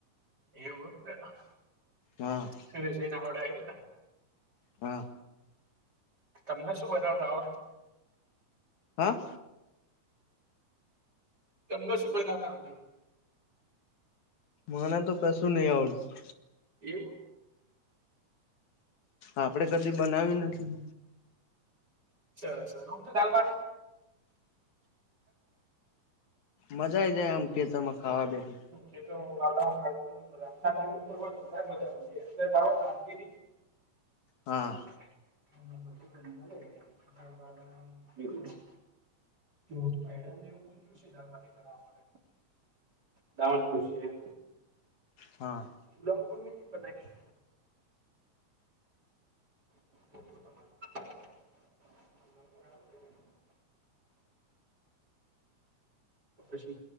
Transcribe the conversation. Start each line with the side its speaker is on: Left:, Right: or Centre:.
Right: એવું ને
Left: હા
Right: સના વડાે આને
Left: હા
Right: તમને શું બતાવતા હો
Left: હે
Right: એમને શું બમણા આવે
Left: મને તો કશું નહી આવડતું
Right: એવું
Left: આપડે કદી બનાવી્યું નથી
Right: સર સર હમ તો દલબ
Left: મજા આઈ જાય આમ ખેતરમાં ખાવા બેઠી
Right: એ તો વાતાવરણ ટ મ મજા
Left: હા
Right: <inaudible> જો ઉત્પાદનને એવ બધું જોથી બનાવડે તમન ખુશી
Left: હા
Right: લોકો ને બનાવી <inaudible> તો પછી